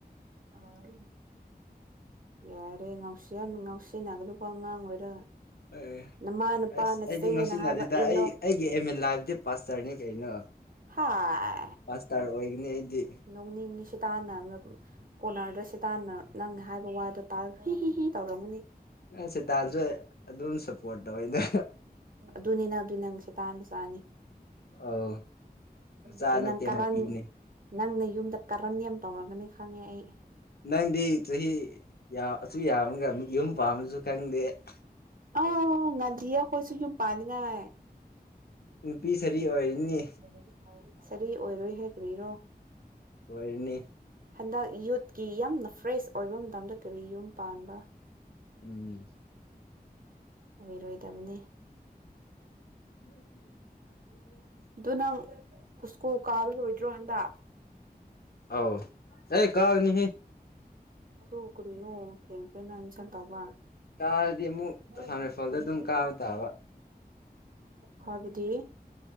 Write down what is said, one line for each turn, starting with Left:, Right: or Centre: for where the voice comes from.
Right: ꯍꯝ ꯌꯥꯔꯦ ꯉꯥꯎꯁꯤ ꯌꯥꯝ ꯉꯥꯎꯁꯤꯟꯅꯒꯅꯨꯀꫭ ꯑꯉꯥꯡ ꯑꯣꯏꯔꯒ꯫
Left: ꯑꯦ
Right: ꯅꯃꯥ ꯅꯄꯥ
Left: ꯑꯁ
Right: ꯅꯆꯦꯅ
Left: ꯑꯩꯗꯤ ꯅꯨꯡꯁꯤꯅꯗꯤꯗ
Right: ꯍꯥꯏꯕ ꯏꯜꯂꯣ
Left: ꯑꯩ ꯑꯩꯒꯤ ꯑꯦꯝ ꯏꯟ ꯂꯥꯏꯐꯗꯤ ꯄꯥꯁꯇꯔꯅꯤ ꯀꯩꯅꯣ꯫
Right: ꯍꯥ
Left: ꯄꯥꯁꯇꯔ ꯑꯣꯏꯒꯅꯤ ꯑꯩꯗꯤ
Right: ꯅꯣꯡ ꯅꯤꯅꯤꯁꯤ ꯇꯥꯟꯅ ꯃꯅ ꯗꯨꯝ ꯀꯣꯔꯅꯔꯗ ꯁꯤꯦ ꯇꯥꯟꯟꯅ ꯂꯪꯉꯦ ꯍꯥꯏꯕ ꯋꯥꯗꯣ ꯇꯥꯔꯒ ꯍꯤ ꯍꯤ ꯍꯤ ꯇꯧꯔꯝꯃꯅꯤ
Left: ꯑꯦ ꯁꯦꯇꯥꯟꯁꯨ ꯑꯗꯨꯝ ꯁꯞꯄꯣꯔꯠ ꯇꯧꯋꯤꯗ
Right: ꯑꯗꯨꯅꯤ ꯅꯪ ꯑꯗꯨ ꯅꯪ ꯁꯦꯇꯥꯟ ꯃꯆꯥꯅꯤ꯫
Left: ꯑꯧ ꯃꯆꯥ
Right: ꯑꯗꯨ
Left: ꯅꯠꯇꯦ
Right: ꯅꯪ ꯀꯥꯔꯟ
Left: ꯃꯄꯤꯅꯦ
Right: ꯅꯪꯅ ꯌꯨꯝꯗ ꯀꯥꯔꯟ ꯌꯥꯝ ꯇꯧꯔꯒꯅꯤ ꯈꯪꯉꯦ ꯑꯩ꯫
Left: ꯅꯪꯗꯤ ꯆꯍꯤ ꯌꯥ ꯆꯤ ꯌꯥꯝꯑꯒ ꯌꯨꯝ ꯄꯥꯝꯕꯁꯨ ꯈꯪꯗꯦ ꯑ ꯑ꯫
Right: ꯑ ꯉꯥꯗꯤꯑꫭ ꯑꯩꯈꯣꯏꯁꯨ ꯌꯨꯝ ꯄꯥꯅꯤꯡꯉꯥꯏ
Left: ꯅꯨꯄꯤ ꯁꯔꯤ
Right: <unintelligible>
Left: ꯑꯣꯏꯔꯅꯤ
Right: ꯐꯔꯤ ꯑꯣꯏꯔꯣꯏ ꯍꯦ ꯀ꯭ꯔꯤꯔꯣ꯫
Left: ꯑꯣꯏꯔꯅꯤ꯫
Right: ꯍꯟꯗꯛ ꯌꯨꯠꯀꯤ ꯌꯥꯝꯅ ꯐ꯭ꯔꯦꯁ ꯑꯣꯏꯕ ꯃꯇꯝꯗ ꯀꯔꯤ ꯌꯨꯝ ꯄꯥꯟꯕ
Left: ꯎꯝ
Right: ꯑꯣꯏꯔꯣꯏ꯫ ꯇꯕꯅꯤ
Left: ꯄꯦ
Right: ꯑꯗꯨ ꯅꯪ ꯎꯁꯀꯣ ꯀꯥꯕꯔꯣꯏꯗ꯭ꯔꯣ ꯍꯟꯗ
Left: ꯑꯥꯎ ꯑꯦ ꯀꯥꯒꯅꯤ
Right: ꯇꯨ ꯎ ꯀꯔꯤꯅꯣ ꯊꯦꯡ ꯗꫭ ꯅꯪ ꯑꯦꯗꯃꯤꯁꯟ ꯇꯧꯕꯥ
Left: ꯀꯥꯔꯗꯤ ꯑꯃꯨꯛ
Right: ꯃꫭꯏꯒꯤ
Left: ꯑꯁꯥꯝ ꯔꯥꯏꯐꯜꯗ
Right: ꯑꫭ
Left: ꯑꯗꯨꯝ
Right: ꯃꫭꯏꯗꯥ
Left: ꯀꯥꯕ ꯇꯥꯕ
Right: <inaudible> ꯍꯥꯏꯕꯗꯤ